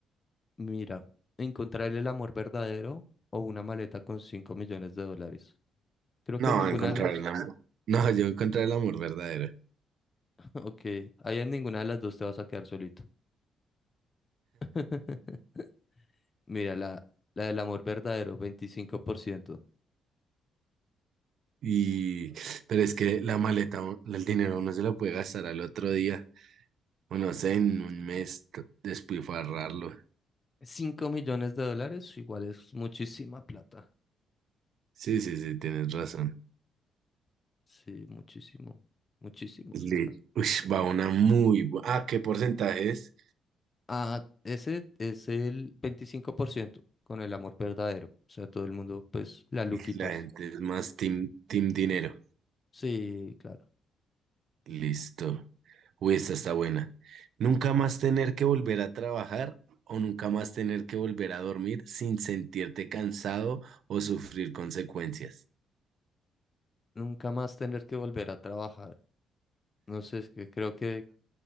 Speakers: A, on the left; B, on the right.
A: Mira, encontrar el amor verdadero o una maleta con 5 millones de dólares. Creo
B: No,
A: que en ninguna
B: encontrar
A: de las...
B: el amor.
A: <laughs>
B: No, yo encontrar el amor verdadero.
A: Ok, ahí en ninguna de las dos te vas a quedar solito. <laughs> Mira, la, la del amor verdadero, 25%.
B: Y, pero es que la maleta, u- el dinero uno se lo puede gastar al otro día, o no sé, en un mes, t- despilfarrarlo.
A: cinco millones de dólares igual es muchísima plata.
B: Sí, sí, sí, tienes razón.
A: Sí, muchísimo, muchísimos.
B: Le, ush, va una muy buena. Ah, ¿qué porcentaje es?
A: Ah, ese es el 25% con el amor verdadero. O sea, todo el mundo, pues, la luquitas.
B: La gente es más team, team dinero.
A: Sí, claro.
B: Listo. Uy, esta está buena. Nunca más tener que volver a trabajar o nunca más tener que volver a dormir sin sentirte cansado o sufrir consecuencias.
A: Nunca más tener que volver a trabajar. No sé, es que creo que